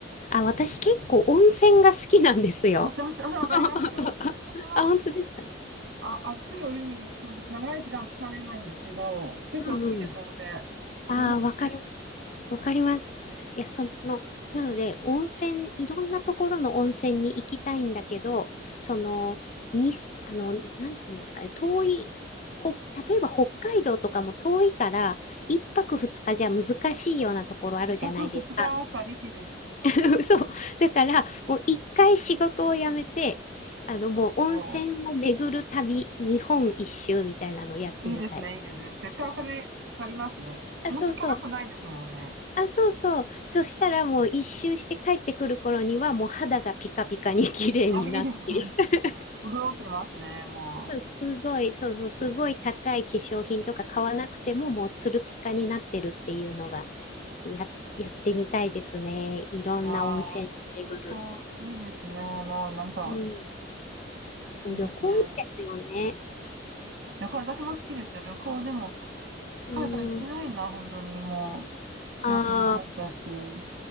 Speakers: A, on the left; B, on the right.
A: あ、私結構温泉が好きなんですよ。
B: 温泉、温泉わかりますよ。
A: <laughs>
B: 私もその
A: あ、本当ですか
B: あ、熱いお湯にその長い時間浸かれないんですけど、結構好きです、
A: うんうん。
B: 温泉。私も好きです。
A: ああ、わかります。わかります。いや、その、なので、温泉、いろんなところの温泉に行きたいんだけど、その、に、あの、なんていうんですかね、遠い、ほ、例えば北海道とかも遠いから、一泊二日じゃ難しいようなところあるじゃないですか。
B: 一泊二日旅費です。
A: <laughs> そう。だから、もう一回仕事を辞めて、あの、もう温泉を巡る旅、
B: おー、
A: 日本一周みたいなのをやってみたい。
B: いいですね、いいですね。絶対お金足りますね。
A: あ、
B: 温泉高くないですもんね。
A: そうそう。あ、そうそう。そしたらもう一周して帰ってくる頃にはもう肌がピカピカに綺麗になっている。
B: あ、いいですね。<laughs>
A: <laughs>
B: 潤ってますね、も
A: そうすごい、そうそう、すごい高い化粧品とか買わなくてももうツルピカになってるっていうのがや、やってみたいですね。いろんな温泉巡る。
B: う。いやー、旅行いいですね。もうなんか、
A: うん、
B: いいですね。
A: 旅行いいですよね。
B: 旅行、私も好きですよ。旅行でも、
A: うん、
B: 海外行ってないな、本当に。もう、
A: ああ。
B: 病気にもなったし、行